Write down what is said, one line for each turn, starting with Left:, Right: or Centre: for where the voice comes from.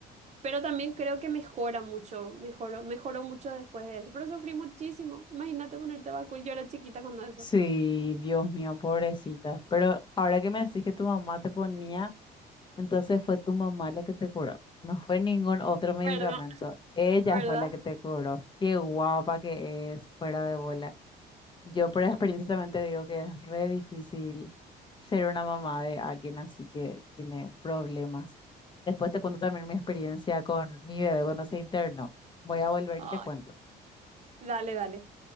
Right: Pero también creo que mejora mucho, mejoró, mejoró mucho después de eso. Pero sufrí muchísimo. Imagínate ponerte vacuna. Yo era chiquita cuando eso.
Left: Sí, Dios mío, pobrecita. Pero ahora que me decís que tu mamá te ponía Entonces fue tu mamá la que te curó. No fue ningún otro medicamento.
Right: ¿Verdad?
Left: Ella
Right: ¿Verdad?
Left: fue la que te curó. Qué guapa que es, fuera de bola. Yo por experiencia también te digo que es re difícil ser una mamá de alguien así que tiene problemas. Después te cuento también mi experiencia con mi bebé cuando se internó. Voy a volver
Right: Ay,
Left: y te cuento.
Right: dale, dale.